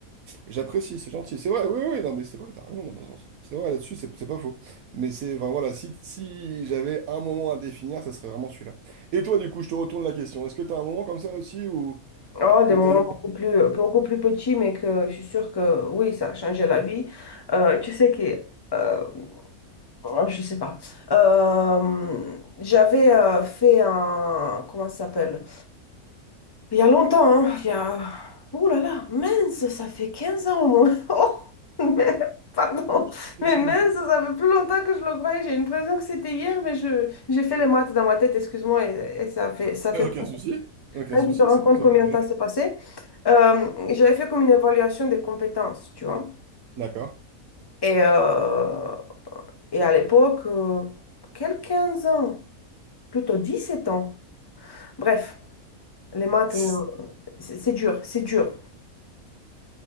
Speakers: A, on the right; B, on the left.
A: J'apprécie, c'est gentil. C'est vrai, oui, oui, non, mais c'est vrai, t'as raison dans un sens. C'est vrai là-dessus, c'est c'est pas faux. Mais c'est, enfin voilà, si, si j'avais un moment à définir, ça serait vraiment celui-là. Et toi, du coup, je te retourne la question. Est-ce que t'as un moment comme ça aussi où,
B: Oh, des
A: où
B: moments
A: t'as eu
B: beaucoup plus, beaucoup plus petits, mais que je suis sûre que oui, ça a changé la vie. Euh, tu sais que euh, Oh, Je sais pas. Euh, j'avais euh, fait un... Comment ça s'appelle? Il y a longtemps, hein, il y a... Ouh là là, mince, ça fait 15 ans au moins. <laughs> Oh, mais- pardon. Mais mince,
A: Hmm.
B: ça fait plus longtemps que je le croyais. J'ai l'impression que c'était hier, mais je... j'ai fait les maths dans ma tête, excuse-moi, et, et ça fait... ça fait...
A: Aucun
B: peur.
A: souci, aucun
B: Quand
A: souci,
B: tu te rends
A: c'est
B: compte
A: pour ça
B: combien
A: que je l'ai.
B: de temps s'est passé, euh, j'avais fait comme une évaluation des compétences, tu vois.
A: D'accord.
B: Et, euh, et à l'époque, euh, quel 15 ans? plutôt 17 ans. Bref, les maths,
A: <laughs>
B: non, c'est c'est dur, c'est dur.